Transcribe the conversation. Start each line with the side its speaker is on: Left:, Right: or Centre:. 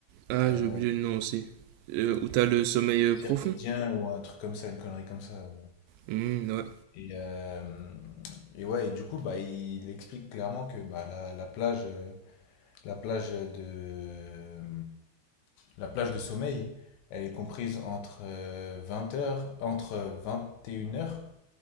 Right: Ah,
Left: Euh,
Right: j'ai oublié le nom aussi. Euh, où t'as le sommeil euh,
Left: circadien
Right: profond.
Left: ou un truc comme ça, une connerie comme ça.
Right: Hmm, ouais.
Left: Et, euh, et ouais, et du coup, bah, il explique clairement que bah, la, la plage, euh, la plage de, euh, la plage de sommeil, elle est comprise entre euh, vingt heures entre vingt et une heures